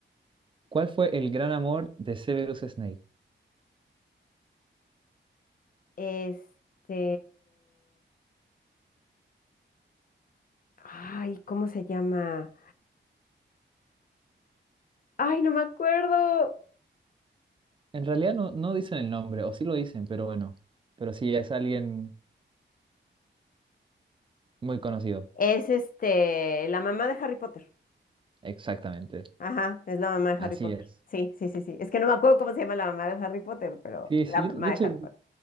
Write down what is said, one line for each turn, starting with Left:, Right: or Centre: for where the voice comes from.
Right: ¿Cuál fue el gran amor de Severus Snape?
Left: Este, Ay, ¿cómo se llama? Ay, no me acuerdo.
Right: En realidad no, no dicen el nombre, o sí lo dicen, pero bueno. Pero sí es alguien muy conocido.
Left: Es este, la mamá de Harry Potter.
Right: Exactamente.
Left: Ajá, es la mamá de
Right: Así
Left: Harry Potter.
Right: es.
Left: Sí, sí, sí, sí. Es que no me acuerdo cómo se llama la mamá de Harry Potter, pero
Right: Sí,
Left: la
Right: sí.
Left: mamá
Right: De hecho,
Left: de Harry Potter.